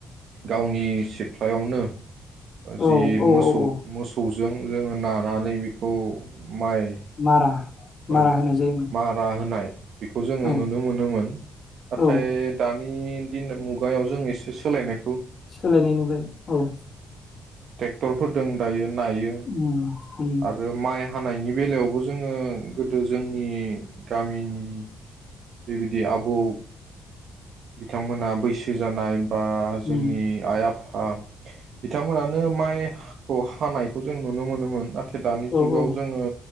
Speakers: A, on the right; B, on the left.
A: गावनि सिख्लायावनो
B: औ
A: जि
B: औ
A: मोसौ
B: औ
A: मोसौ जों जोङो नानानै बेखौ माइ
B: मारा
A: औ
B: मारा होनाय जायोमोन
A: मारा होनाय बेखौ जोङो
B: औ
A: नुनो मोनोमोन नाथाय
B: औ
A: दान नि दिन मुगायाव जों एसे सोलायनाय
B: सोलायनाय नुबाय औ
A: टेक्टरफोर दों दायो नायो
B: उम उम
A: आरो माइ हानायनि बेलायावबो जोङो गोदो जोंनि गामिनि बेबायदि आबौ बिथांमोना बैसो जानाय बा
B: उम
A: जोंनि आइ आफा आ बिथांमोनानो माइहा खौ हानायखौ जों नुनो मोनोमोन नाथाय दानि
B: औ
A: जुगाव
B: औ
A: जोङो